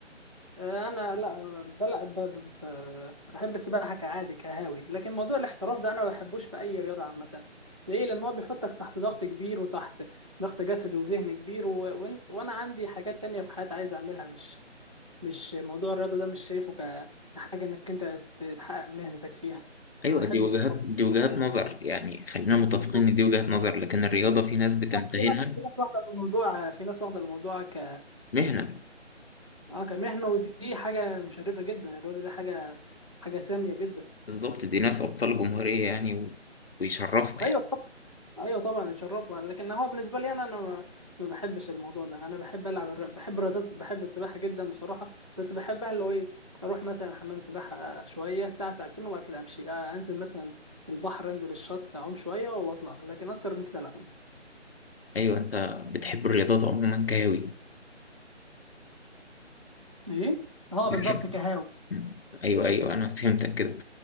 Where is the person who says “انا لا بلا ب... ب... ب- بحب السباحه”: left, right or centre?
Right